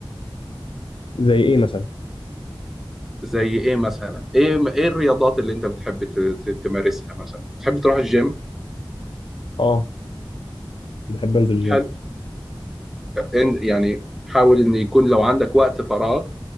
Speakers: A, on the left; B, in the centre.
A: زي ايه مثلا
B: زي ايه مثلا ايه ايه الرياضات اللي انت بتحب ت- ت- تمارسها مثلا تحب تروح الجيم
A: اه بحب انزل الجيم
B: حلو إن- يعني حاول ان يكون لو عندك وقت فراغ